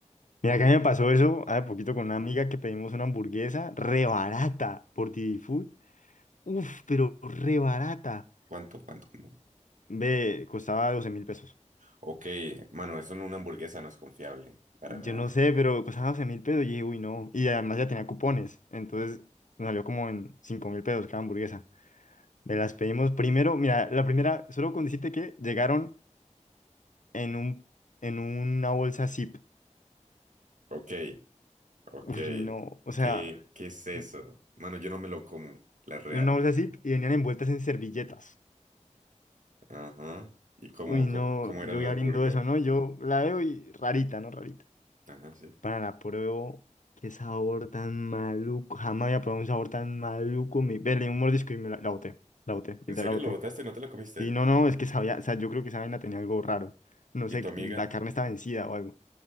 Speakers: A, on the left; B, on the right.
A: Mira, que a mí me pasó eso hace poquito con una amiga que pedimos una hamburguesa re barata por Didi Food. Uf, pero re barata.
B: ¿Cuánto, cuánto? Como...
A: Ve, costaba doce mil pesos.
B: Ok, mano, eso en una hamburguesa no es confiable, para
A: Yo
B: nada.
A: no sé, pero costaba doce mil pesos. Y dije, uy, no. Y además ya tenía cupones. Entonces nos salió como en cinco mil pesos cada hamburguesa. Me las pedimos primero. Mira, la primera, solo con decirte que llegaron en un, en una bolsa zip.
B: Ok, ok.
A: Uy, no, o sea,
B: ¿Qué, qué es eso?
A: en
B: Mano, yo no me lo como, la real.
A: una bolsa zip y venían envueltas en servilletas.
B: Ajá. ¿Y cómo,
A: Uy,
B: cómo,
A: no,
B: cómo eran
A: yo voy
B: las
A: abriendo
B: burgers?
A: eso, ¿no? Yo la veo y rarita, ¿no? Rarita.
B: Ajá, sí.
A: Para la pruebo, qué sabor tan maluco. Jamás había probado un sabor tan maluco. Me... Ve, un mordisco y me la, la boté. La boté,
B: ¿En
A: literal
B: serio
A: la boté.
B: lo botaste? ¿No te lo comiste?
A: Y no, no, es que sabía, o sea, yo creo que esa vaina tenía algo raro. No
B: ¿Y
A: sé,
B: tu amiga?
A: la carne está vencida o algo.